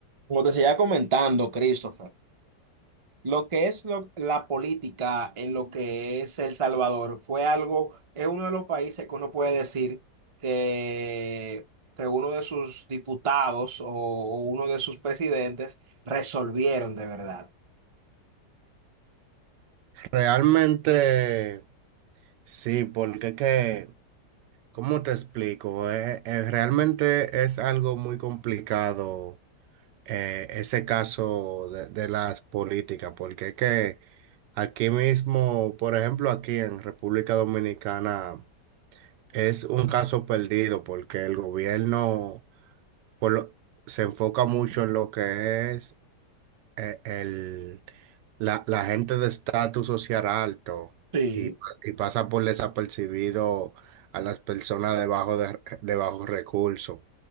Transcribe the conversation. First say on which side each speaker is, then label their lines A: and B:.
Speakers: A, on the right; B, on the right.
A: Como te seguía comentando, Christopher, lo que es lo- la política en lo que es El Salvador fue algo, es uno de los países que uno puede decir que, que uno de sus diputados o, o uno de sus presidentes resolvieron de verdad.
B: Realmente sí, porque es que, ¿cómo te explico? Eh, eh, realmente es algo muy complicado eh, ese caso de, de las políticas, porque es que aquí mismo, por ejemplo, aquí en República Dominicana es un caso perdido porque el gobierno por lo- se enfoca mucho en lo que es eh, el, la, la gente de estatus social alto
A: Sí.
B: y, y pasa por desapercibido a las personas debajo de, de bajos recursos.